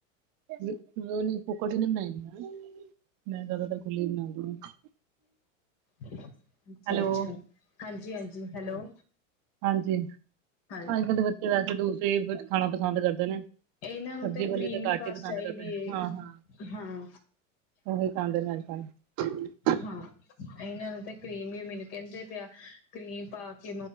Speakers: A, on the right; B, on the left.
A: ਮੈਕਰੋਨੀ ਕੁਕਰ ਚ ਨੀ ਬਣਾਈਦੀ ਮੈਂ ਜ਼ਿਆਦਾਤਰ ਖੁਲੀ ਬਨਾਨੀ ਆ
B: ਅੱਛਾ
A: ਹੈਲੋ
B: ਅੱਛਾ ਹਾਂਜੀ ਹਾਂਜੀ ਹੈਲੋ।
A: ਹਾਂਜੀ ਅੱਜ
B: ਹਾਂਜੀ
A: ਕੱਲ੍ਹ ਦੇ ਬੱਚੇ ਵੈਸੇ ਦੂਸਰੇ ਵਿੱਚ ਖਾਣਾ ਪਸੰਦ ਕਰਦੇ ਨੇ।
B: ਇਹਨਾਂ ਨੂੰ
A: ਸਬਜ਼ੀ
B: ਤਾਂ
A: ਵਾਲੇ
B: ਕਰੀਮੀ
A: ਤੇ ਘੱਟ
B: ਬਸ
A: ਹੀ ਪਸੰਦ
B: ਚਾਹੀਦੀ
A: ਕਰਦੇ ਨੇ।
B: ਹੈ
A: ਹਾਂ ਹਾਂ
B: ਹਾਂ
A: ਉਹੀ ਖਾਂਦੇ ਨੇ ਅੱਜ ਕੱਲ੍ਹ।
B: ਹਾਂ ਇਹਨਾਂ ਨੂੰ ਤਾਂ ਕਰੀਮ ਵੀ ਮਿਲ ਕਹਿੰਦੇ ਪਿਆ ਕਰੀਮ ਪਾ ਕੇ